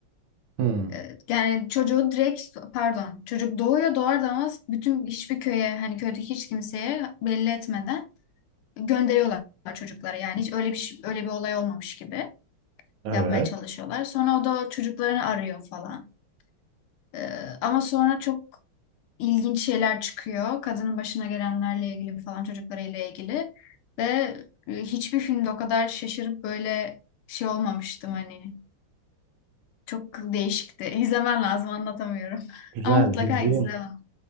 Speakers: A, on the right; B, on the left.
A: Hmm,
B: Ee, yani çocuğu direkt pardon çocuk doğuyor doğar doğmaz bütün hiçbir köye hani köydeki hiç kimseye belli etmeden gönderiyorlar çocukları. Yani hiç öyle bir şey- öyle bir olay olmamış gibi
A: Evet.
B: yapmaya çalışıyorlar. Sonra o da çocuklarını arıyor falan. Ee, ama sonra çok ilginç şeyler çıkıyor. Kadının başına gelenlerle ilgili falan çocuklarıyla ilgili. Ve e, hiçbir filmde o kadar şaşırıp böyle şey olmamıştım hani. Çok değişikti. <laughs> İzlemen lazım anlatamıyorum. <laughs>
A: Güzel
B: Ama mutlaka
A: izleyeyim.
B: izle onu.